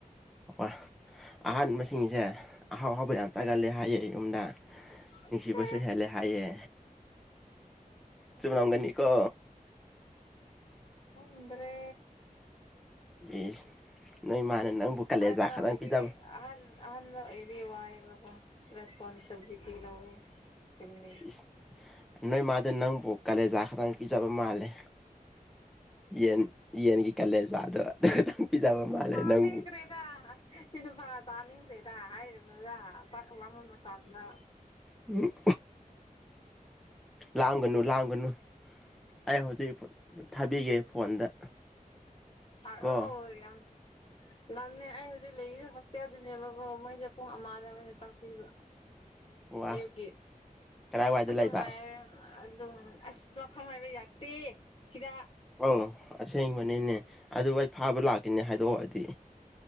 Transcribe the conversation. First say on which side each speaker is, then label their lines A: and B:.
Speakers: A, in the centre; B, on the left.
A: ꯀꯣ ꯑꯍꯥꯟꯕꯁꯤꯡꯁꯦ ꯑꯍꯥꯎ ꯑꯍꯥꯎꯕ ꯌꯥꯝ ꯆꯒꯜꯂꯦ ꯍꯥꯏꯌꯦ ꯌꯨꯝꯅ
B: ꯑꯁ
A: ꯅꯨꯡꯁꯤꯕꯁꯨꯍꯦꯂꯦ ꯍꯥꯏꯌꯦ ꯆꯨꯝꯃꯝꯒꯅꯤ ꯀꯣ
B: ꯈꯪꯗ꯭ꯔꯦ
A: ꯑꯦꯁ ꯅꯪꯏꯃꯥꯅ ꯅꯪꯕꯨ ꯀꯥꯂꯦꯖꯥ
B: ꯑꯍꯥꯟꯕ
A: ꯈꯇꯪ
B: ꯑꯣꯏꯕꯤꯒꯤ
A: ꯄꯤꯖꯕ
B: ꯑꯍ ꯑꯍꯥꯟꯕ ꯑꯣꯏꯕꯩ ꯋꯥꯏꯕ ꯔꯦꯁꯄꯣꯟꯁꯤꯕꯤꯂꯤꯇꯤ ꯇꯤ ꯂꯧꯋꯦ ꯐꯦꯝꯂꯤ
A: ꯏꯁ ꯅꯣꯏ ꯃꯥꯗ ꯅꯪꯕꯨ ꯀꯥꯂꯦꯖꯥ ꯈꯛꯇꯪ ꯄꯤꯖꯕ ꯃꯥꯜꯂꯦ ꯌꯦꯟ ꯌꯦꯟꯒꯤ ꯀꯂꯦꯖꯥ ꯑꯗꯣ ꯑꯗꯨ ꯇꯪ ꯄꯤꯖꯕ ꯃꯥꯂꯦ
B: ꯆꯥꯅꯤꯡꯈ꯭ꯔꯦꯗ
A: ꯅꯪꯕꯨ
B: ꯁꯤ ꯅꯨ ꯐꯥ ꯆꯥꯅꯤꯡꯈ꯭ꯔꯦꯗ ꯍꯥꯏꯔꯨꯅꯨꯗ ꯆꯥꯛꯂꯥꯝꯕ ꯃꯇꯝꯗ
A: ꯎꯝ ꯂꯥꯝꯒꯅꯨ ꯂꯥꯝꯒꯅꯨ ꯑꯩ ꯍꯧꯖꯤꯛ ꯊꯥꯕꯤꯒꯦ ꯐꯣꯟꯗ
B: ꯁꯥꯔꯛꯑꯣ
A: ꯀꯣ
B: ꯌꯥꯝꯁ ꯂꯝꯃꯦ ꯑꯩ ꯍꯧꯖꯤꯛ ꯂꯩꯔꯤꯁꯦ ꯍꯣꯁꯇꯦꯜꯗꯨꯅꯦꯕꯀꯣ ꯃꯣꯁꯦ ꯄꯨꯡ ꯑꯃꯗ ꯑꯣꯏꯅ ꯆꯥꯛ ꯄꯤꯕ
A: ꯋꯥ
B: ꯑꯌꯨꯛꯀꯤ
A: ꯀꯗꯥꯏꯋꯥꯏꯗ
B: ꯑꯗꯨ
A: ꯂꯩꯕ
B: ꯉꯥꯏ ꯑꯗꯨ ꯑꯁ ꯃꯐꯝ ꯍꯥꯏꯕ ꯌꯥꯇꯦ ꯁꯤꯗ
A: ꯑꯧ ꯑꯁꯦꯡꯕꯅꯤꯅꯦ ꯑꯗꯨ ꯑꯩ ꯐꯥꯕ ꯂꯥꯛꯀꯅꯦ ꯍꯥꯏꯗꯣꯛꯑꯗꯤ